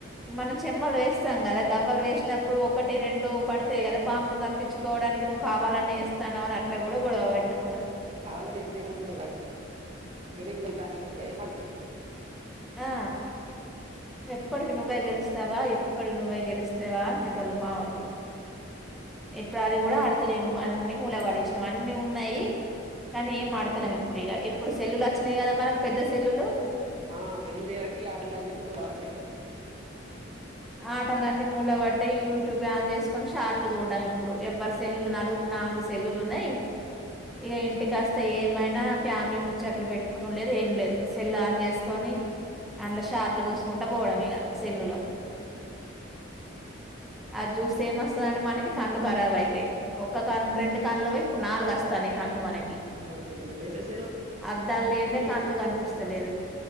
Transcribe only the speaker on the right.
అది కావాలే ఎసుడు <unintelligible> ఇట్లా ఇట్లా అనే ఇస్తే పడతాయి
ఆ సెల్లు బట్టి ఆటిలన్ని మూల పడ్డాయి
అవును వేసవి సెల
ల
ల